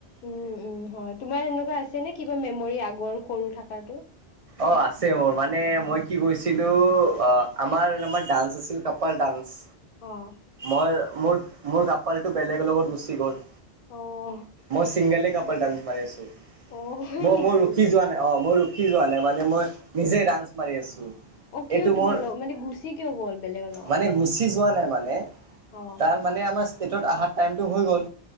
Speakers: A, on the left; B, on the right.
A: উম উম হয় তোমাৰ এনেকুৱা আছে নে কিবা মেমৰি আগৰ সৰু থাকাতো?
B: অহ আছে মোৰ মানে মই কি কৰিছিলো অহ আমাৰ আমাৰ ডান্স আছিল কপাল ডান্স
A: অ'।
B: মই মোৰ মোৰ কাপালটো বেলেগৰ লগত গুচি গ'ল
A: অ',
B: মই চিংগলে কাপাল ডান্স মাৰি আছো ম
A: অ', হয় নেকি?
B: মই ৰখি যোৱা নাই অ মই ৰখি যোৱা নাই মানে মই নিজে ৰাান <unintelligible> মাৰি আছো
A: অ', কিয়
B: এইটো
A: তোমাৰ
B: মোৰ
A: লগ মানে গুচি কিয় গ'ল বেলেগৰ লগত?
B: মানে গুচি যোৱা নাই নে
A: অ',
B: তাৰ মানে আমাৰ টাইত অহাৰ টাইমটো হৈ গল